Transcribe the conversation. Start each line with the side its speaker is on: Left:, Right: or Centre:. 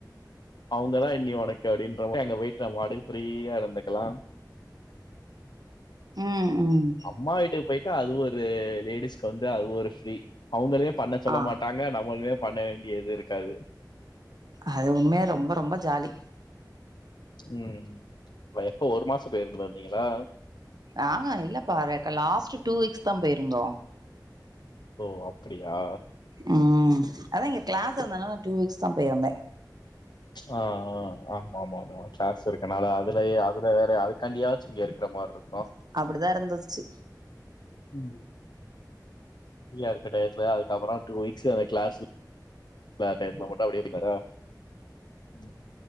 Left: அவங்கதா இனி ஒனக்கு அப்டின்றப்ப அங்க போயிட்டு நம்ம பாட்டுக்கு ஃப்ரீயா இருந்துக்லா
Right: ம் ம்
Left: அம்மா வீட்டுக் போய்ட்டா அது ஒரு லேடிஸ்க்கு வந்து அது ஒரு ஃப்ரீ அவங்களயே பண்ண சொல்ல
Right: ஆ
Left: மாட்டாங்க நம்மளுமே பண்ண வேண்டியது இருக்காது
Right: அது உண்மயா ரொம்ப ரொம்ப ஜாலி
Left: ம் ம் ம் அ எப்ப ஒரு மாசொ விட்டு ஒருமுற வந்தீங்களா
Right: ஆ ஹா இல்லப்பா ரேக்கலாஸ்ட் டூ வீக்ஸ்தா போயிருந்தோ
Left: ஓ அப்பிடியா
Right: ம் ம் அதா இங்க கிளாஸ் இருந்தனால டூ வீக்ஸ்தா போயிருந்தே
Left: ஆ ஆ ஆமா ஆமா மா க்ளாஸ் இருக்கனால அதுலயே அதுல வேற அதுக்கண்டியாச்சு இங்க இருக்கிற மாரி இரு
Right: அப்டிதா இருந்தருச்சு
Left: ம் ஃப்ரீயா இருக்க டயத்துல அதுக்கப்பறொ டூ வீக்ஸ் அந்த கிளாஸ் <unintelligible> டயத்துல மட்டு அப்டியே <unintelligible> ம்